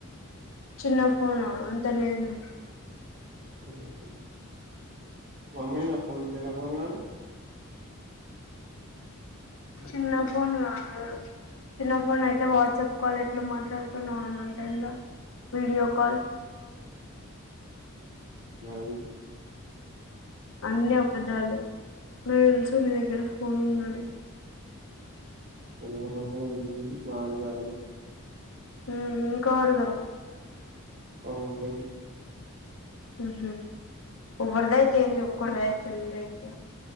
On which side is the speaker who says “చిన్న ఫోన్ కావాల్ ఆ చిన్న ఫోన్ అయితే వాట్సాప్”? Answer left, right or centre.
Left